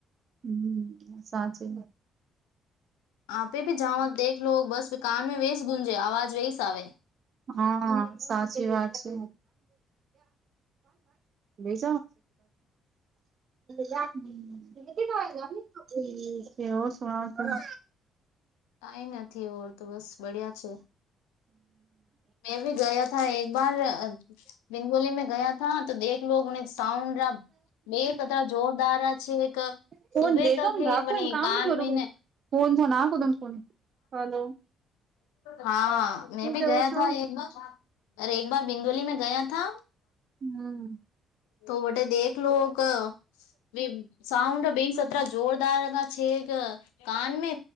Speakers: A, on the right; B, on the left.
A: હમ્મ સાચે.
B: આપે ભી જાવા દેખલો લો બસ કાન મે વે ગુંજે આવાજ વેસ આવે.
A: હા, સાચી વાત છે. લઈ જ આવનું છે હમ્મ. હમ્મ કેવું સૂનાઓ તમે.
B: કાઈ નથી ઓળ તો બસ બડિયા છે. મેં ભી ગયા થા એકબાર બિંદોલી મેં ગયા થા તો દેખ ઈ લોગ ને સાઉન્ બે પતરા જોરદાર છે એક
A: ફોન
B: સુબે
A: દેતો
B: તક હે
A: રાખું
B: બને
A: એ કામ
B: કાન
A: ન કરું
B: મે
A: ફોન ફન આખ તમે ફોન. હલો
B: હા,
A: શું
B: મેં ભી
A: કેવો
B: ગયા
A: છો
B: થા એક બાર. અરે એક બાર બિંદોલી મેં ગયા થા.
A: હમ્મ.
B: તો વટે દેખલો ક બી સાઉન્ડ બેન સત્ર જોરદાર રગા છે કે કાન મે